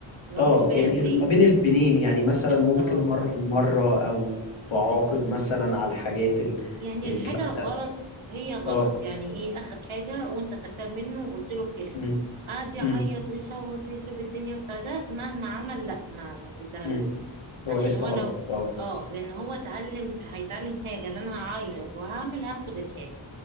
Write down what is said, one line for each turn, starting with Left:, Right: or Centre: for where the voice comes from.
Right: إن هو
Left: اه
Right: مش فاهم
Left: يعني
Right: ليه
Left: ما بين البنين يعني مثلا
Right: بالظبط
Left: ممكن مرة ومرة او بعاقب مثلا على الحاجات ال-
Right: يعني
Left: الجامدة
Right: الحاجة الغلط هي غلط
Left: اه
Right: يعني ايه اخد حاجة وانت خدتها منه وقلت له كيخ
Left: امم
Right: قعد يعيط
Left: امم
Right: ويصوت ويخرب الدنيا بتاع ده مهما عمل لا ما ما تديهالوش
Left: امم
Right: عشان
Left: هو لسه
Right: هو
Left: غلط
Right: لو
Left: اه
Right: اه لان هو اتعلم هيتعلم حاجة ان انا هعيط وهعمل هاخد الحاجة